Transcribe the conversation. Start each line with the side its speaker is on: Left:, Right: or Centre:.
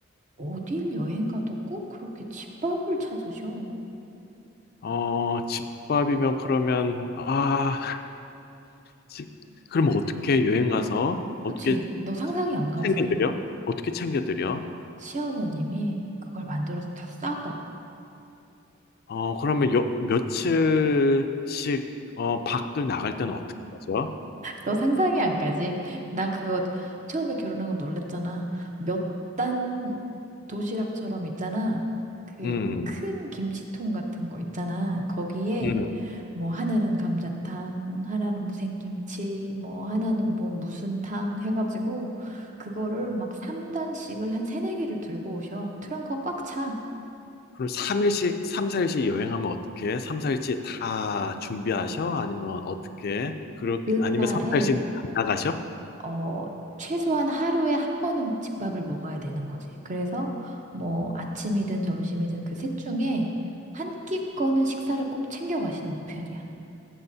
Right: 어딜 여행 가도 꼭 그렇게 집밥을 찾으셔.
Left: 어, 집밥이면 그러면, 아, 집, 그럼 어떻게 여행 가서,
Right: 그치.
Left: 어떻게
Right: 너 상상이 안 가지.
Left: 챙겨드려? 어떻게 챙겨드려?
Right: 시어머님이 그걸 만들어서 다 싸가.
Left: 어, 그러면 요, 며칠씩, 어, 밖을 나갈 때는 어떻게 하죠?
Right: 너 상상이 안 가지. 나 그거 처음에 결혼하고 놀랬잖아. 몇 단 도시락처럼 있잖아. 그
Left: 음,
Right: 큰 김치통 같은 거 있잖아. 거기에
Left: 음.
Right: 뭐 하나는 감자탕, 하나는 무생김치, 뭐 하나는 뭐 무슨 탕 해가지고 그거를 막 3단씩을 한 세네 개를 들고 오셔. 트렁크가 꽉 차.
Left: 그럼 3일씩, 3, 4일씩 여행하면 어떻게? 3, 4일씩 다 준비하셔? 아니면 어떻게? 그렇게,
Right: 그
Left: 아니면
Right: 날에
Left: 3, 4일씩 안 나가셔?
Right: 어, 최소한 하루에 한 번은 집밥을 먹어야 되는 거지. 그래서 뭐 아침이든 점심이든 그 셋 중에 한 끼거는 식사를 꼭 챙겨가시는 편이야.